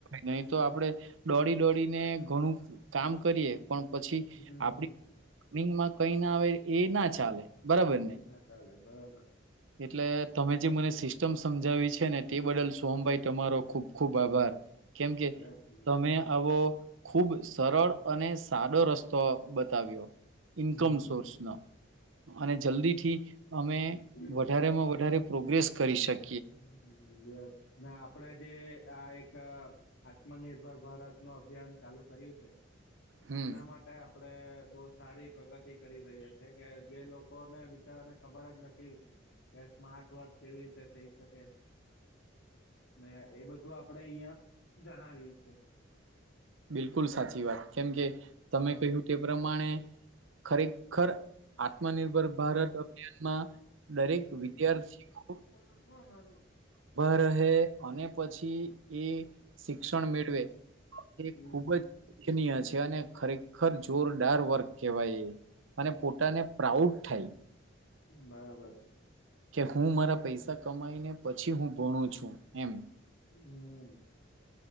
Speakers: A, on the right; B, on the left.
A: નહી તો આપણેે દોડી દોડીને ઘણું કામ કરીએ. પણ પછી
B: હમ
A: આપડી
B: હમ
A: રનિંગમાં કઈ ના આવે એ ના ચાલે બરાબર
B: એ
A: ને
B: ના ચાલે બરાબર.
A: એટલે તમે જે મને સિસ્ટમ સમજાવી છે ને તે બદલ સોહમભાઈ તમારો ખુબ ખુબ આભાર કેમકે
B: અરે થેન્ક
A: તમે આવો ખુબ સરળ અને સાદો રસ્તો બતાવ્યો ઈન્કમ
B: યુ.
A: સોર્સ નો અને જલ્દીથી અમે
B: હમ
A: માં વધારે પ્રોગ્રેસ કરી શકે.
B: <unintelligible> ને આપડે જે આ એક આત્મનિર્ભર ભારત નું અભિયાન ચાલુ કર્યું છે
A: હમ
B: એના માટે આપણે બહુ સારી પ્રગતિ કરી રહ્યા છે કે જે લોકોને બિચારાને ખબર જ નથી કે સ્માર્ટ વર્ક કેવી રીતે થઈ શકે. ને એ બધું આપડે અહિયાં જણાવીએ છે.
A: બિલકુલ સાચી વાત કેમ કે તમે
B: હા
A: કહ્યું તે પ્રમાણે ખરેખર. આત્મનિર્ભર ભારત અભિયાનમાં દરેક વિદ્યાર્થીઓ
B: <unintelligible>
A: ભ રહે અને પછી એ શિક્ષણ મેળવે એ
B: હમ
A: ખૂબ જ ઉલ્ખનીય છે અને ખરેખર જોરદાર વર્ક કહેવાય એ અને પોતાને પ્રાઉડ થાય.
B: બરાબર છે.
A: કે હું મારા પૈસા કમાઈને પછી હું ભણું છું એમ
B: હમ.